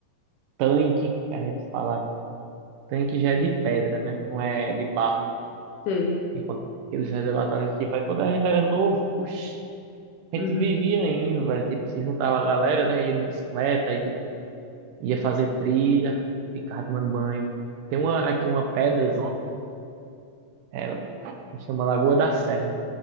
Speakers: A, on the right; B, on the left.
A: tanque, que a gente fala. Tanque já
B: Uhum.
A: é de pedra, né? Não é de barro.
B: Sei.
A: Tipo, aqueles reservatórios, tipo, aí quando a gente era novo, oxi, a
B: Uhum.
A: gente vivia indo, velho, tipo, se juntava a galera, né? Ia de bicicleta, aí, tipo, ia fazer trilha, ficava tomando banho. Tem uma, aqui uma pedra É, se chama Lagoa da Serra.